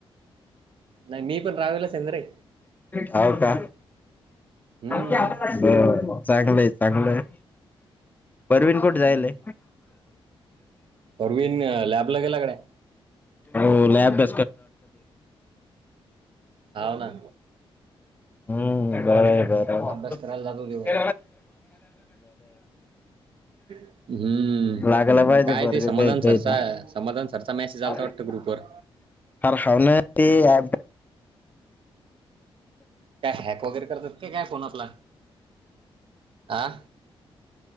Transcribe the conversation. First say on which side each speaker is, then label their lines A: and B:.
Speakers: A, on the right; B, on the left.
A: नाय मी पण रावेलाच आहे ना रे
B: हाव का
A: हम्म
B: हम्म चांगलंय चांगलंय. परवीन
A: हम्म.
B: कुठ जायलय?
A: परवीन लॅब ला गेला काय?
B: हो लॅब <unintelligible>
A: हाव ना
B: हम्म बरंय बरंय.
A: अभ्यास करायला जातो देव
B: <unintelligible>
A: हम्म
B: लागला पाहिजे
A: काय
B: पोरग
A: ते समाधान
B: काही काही
A: सरचा
B: तरी
A: समाधान सरचा मेसेज आलता वाटतं ग्रुपवर
B: आर हाव न ते अँप
A: काय हॅक वगैरे करतात का काय फोन आपला? आ